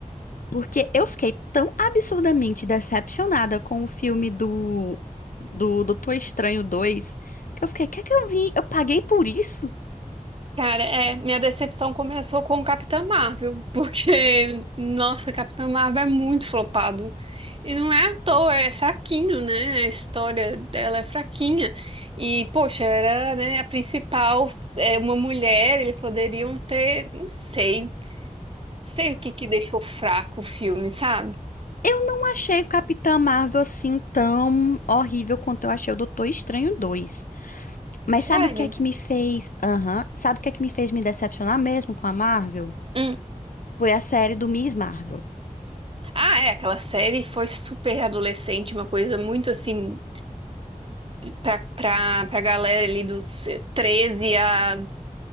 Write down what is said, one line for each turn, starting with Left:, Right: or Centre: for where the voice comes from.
Left: Porque eu fiquei tão absurdamente decepcionada com o filme do do Doutor Estranho 2 que eu fiquei, quer que eu vim? Eu paguei por isso?
Right: Cara, é, minha decepção começou com o Capitão Marvel, <laughs> porque, nossa, Capitão Marvel é muito flopado. E não é à toa, é fraquinho, né? A história dela é fraquinha. E, poxa, era, né, a principal, é uma mulher, eles poderiam ter, não sei, sei o que que deixou fraco o filme, sabe?
Left: Eu não achei o Capitã Marvel assim tão horrível quanto eu achei o Doutor Estranho 2. Mas
Right: Sério.
Left: sabe o que é que me fez? Aham. Sabe o que é que me fez me decepcionar mesmo com a Marvel?
Right: Hum.
Left: Foi a série do Miss Marvel.
Right: Ah, é, aquela série foi super adolescente, uma coisa muito assim pra, pra, pra galera ali dos treze a